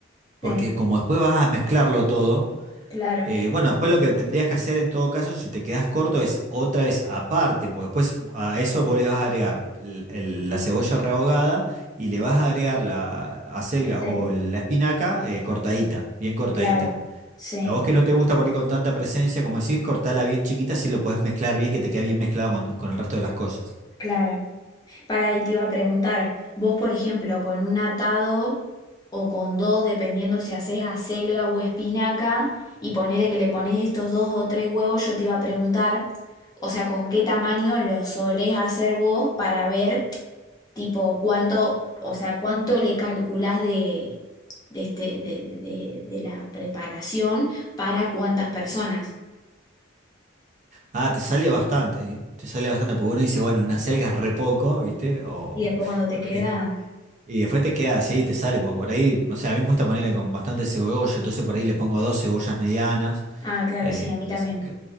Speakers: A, on the right (about 35°); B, on the left (about 20°).
A: porque
B: Sí,
A: como después vas a mezclarlo todo,
B: claro.
A: eh, bueno, después lo que tendrías que hacer en todo caso, si te quedás corto, es otra vez aparte, porque después a eso vos le vas a agregar el- el- la cebolla rehogada y le vas a agregar la acelga
B: La selga.
A: o la espinaca eh, cortadita, bien cortadita.
B: Claro. Sí,
A: A vos que no te gusta por ahí con tanta presencia, como decís, cortala bien chiquita si lo podés mezclar bien, que te queda bien mezclado con, con el resto de las cosas.
B: claro. Para ahí te iba a preguntar, vos por ejemplo, con un atado o con dos, dependiendo si haces acelga o espinaca, y ponele que le pones estos dos o tres huevos, yo te iba a preguntar, o sea, con qué tamaño los solés hacer vos para ver, tipo, cuánto, o sea, cuánto le calculás de, de este, de, de- de la preparación para cuántas personas.
A: Ah, te sale bastante, ¿eh? Te sale bastante, porque uno dice, bueno, una acelga es re poco, ¿viste? O,
B: Y después cuando te queda,
A: es- y después te queda así, te sale, porque por ahí, o sea, a mí me gusta ponerle con bastante cebolla, entonces por ahí le pongo dos cebollas medianas,
B: ah, claro,
A: eh,
B: sí,
A: entonces,
B: a mí también.